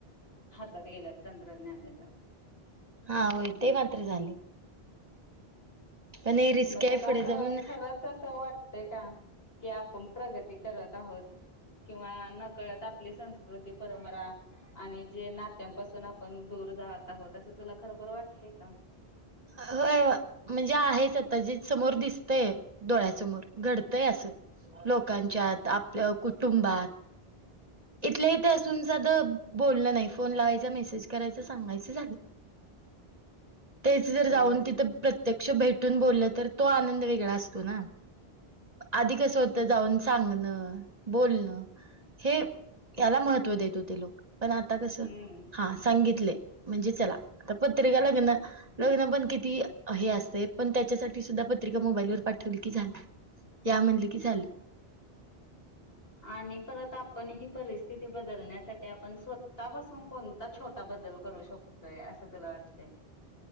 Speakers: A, on the left; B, on the right.
A: हातात गेल्यात तंत्रज्ञानाच्या.
B: हा होय ते मात्र झाले पण हे रिस्क
A: मग,
B: आहे
A: तुला
B: पुढे
A: असं
B: जाऊन
A: खरंच असं वाटतंय का? की आपण प्रगती करत आहोत. किंवा नकळत आपली संस्कृती परंपरा आणि जे नात्यांपासून आपण दूर ात आहोत असं तुला खरोखर वाटतय का?
B: हो. म्हणजे आहेच आता जे समोर दिसतय डोळ्यासमोर घडतय असं. लोकांच्यात आपल्या कुटुंबात इथल्या इथे असून साध बोलण नाही फोन लावायचा मेसेज करायचा सांगायचं झालं. तेच
A: हम्म
B: जाऊन तिथ प्रत्यक्ष भेटून बोलल तर तो आनंद वेगळा असतो ना. आधी कसं होत, जाऊन सांगणं बोलणं हे याला महत्त्व देत होत तीत लोक पण आता कसं,
A: हम्म
B: हा सांगितले म्हणजे चला आ पत्रिका लग्न लग्न पण किती हे असतंय, पण त्याच्यासाठी सुद्धा पत्रिका मोबाईल वर पाठवली की झाल. या म्हटलं की झालं.
A: <inaudible> आणि परत आपण ही परिस्थिती बदलण्यासाठी आपण स्वतः बसून कोणता छोटा ब बदल करू शकतोय, असं तुला वाटतयं?